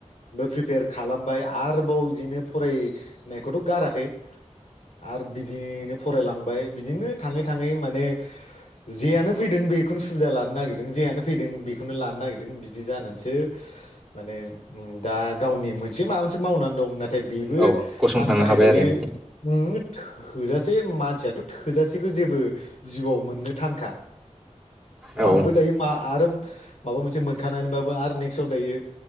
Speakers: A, on the left (about 70°); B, in the centre.
A: बो प्रिपेयार खालामबाय। आरोबाव बिदिनो फरायनायखौथ' गाराखै। आरो बिदिनोफ फरायलांबाय बिदिनो थाङै थाङै माने जेयानो फैदों बेखौनो सुबिदा लानो नागिरदों जेयनो फैदों बेखौनो लानो नागिरदों बिदि जानानैसो माने दा गावनि मोनसे माबा मोनसे मावनानै दं ना थाय बेबो
B: औ गसंथानो
A: आंनि थाखाय
B: हाबाय
A: दायो
B: आरो
A: <unintelligible> थोजासे मानसियाथ' थो थोजासेखौ जेबो जिउआव मोननो थांखा
B: औ
A: आंबो दायो मा आरो माबा मोनसे मोनखानानै बाब बा आरो नेक्स्टआव दायो।